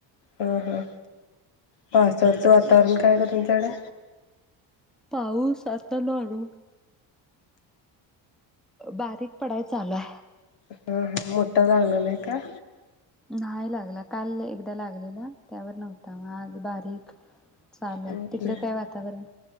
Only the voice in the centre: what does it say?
पाऊ सात नवाडू बारीक. पडायचं आला.
नाही लागला काल एकदा लागलेला त्यावर नव्हता मग आज बारीक चाल
तिकडे
काय वातावरण